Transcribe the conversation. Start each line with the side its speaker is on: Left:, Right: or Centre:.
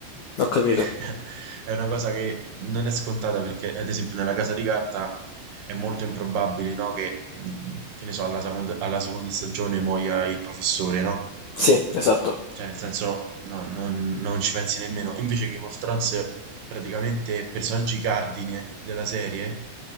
Left: ho capito.
Right: che <laughs> è una cosa che non è scontata perché ad esempio nella Casa di Carta è molto improbabile, no, che, mhmm, che ne so, alla seconda, alla seconda stagione muoia il professore, no?
Left: Sì, esatto.
Right: Cioè, nel senso, no, non, non ci pensi nemmeno. Invece Game of Thrones, praticamente personaggi cardine della serie